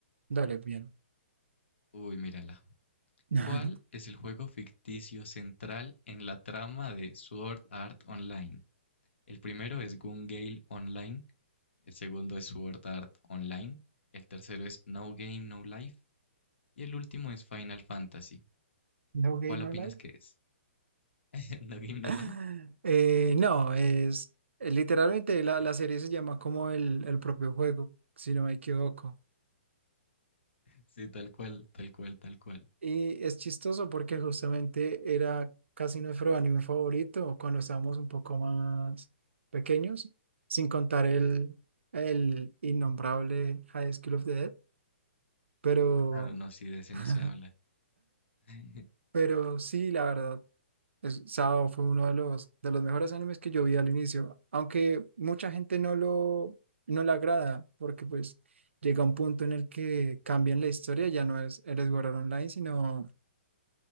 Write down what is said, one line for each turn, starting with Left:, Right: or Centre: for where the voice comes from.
Right: Dale, bien.
Left: Uy, mírala.
Right: <laughs>
Left: ¿Cuál es el juego ficticio central en la trama de Sword Art Online? El primero es Gun-Gale Online, el segundo es Sword Art Online, el tercero es No Game No Life y el último es Final Fantasy.
Right: No gay,
Left: ¿Cuál
Right: no
Left: opinas
Right: like.
Left: que es? <laughs> ¿No Game No
Right: <laughs>
Left: Life?
Right: Eh, no, es eh, literalmente la,
Left: <laughs>
Right: la serie se llama como el, el propio juego, si no me equivoco.
Left: Sí, tal cual, tal cual, tal cual.
Right: Y es chistoso porque justamente era casi nuestro anime favorito cuando estábamos un poco más pequeños, sin contar el, el innombrable High School of the Dead. Pero,
Left: Claro, no, sí, de ese
Right: <laughs>
Left: no se habla. <laughs>
Right: pero sí, la verdad, es, Sao fue uno de los, de los mejores animes que yo vi al inicio, aunque mucha gente no lo no le agrada porque pues llega un punto en el que cambian la historia, ya no es Eres Sword Online, sino